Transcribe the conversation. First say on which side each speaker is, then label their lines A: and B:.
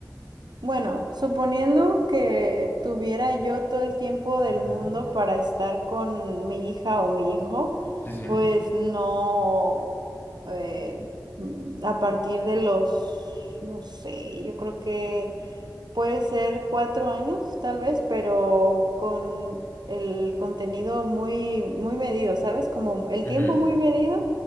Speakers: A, on the right; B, on the left.
A: Bueno, suponiendo que tuviera yo todo el tiempo del
B: ujú.
A: mundo para estar con mi hija o mi hijo,
B: Sí, sí.
A: pues no, eh, mm, a partir de los, no sé, yo creo que Puede ser cuatro años, tal vez, pero con el contenido muy, muy medido, ¿sabes? Como el
B: Ujú,
A: tiempo muy medido.